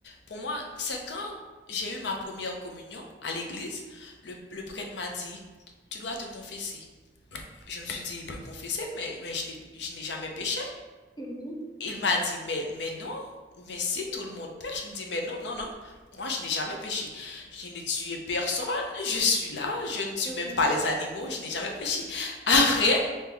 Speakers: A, on the left; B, on the left.
A: Pour moi, c'est quand j'ai eu ma première communion à l'église, le, le prêtre m'a dit, tu dois te confesser. je me suis dit, me confesser, mais, mais je n'ai- je n'ai jamais péché.
B: Oui,
A: Il m'a dit, mais, mais non, mais si
B: ouais,
A: tout le monde pêche, je me dis, mais non, non, non, moi je n'ai jamais péché. Je n'ai tué personne, je suis là, je ne tue
B: ouais,
A: même pas les animaux, je n'ai jamais péché. <laughs> Après,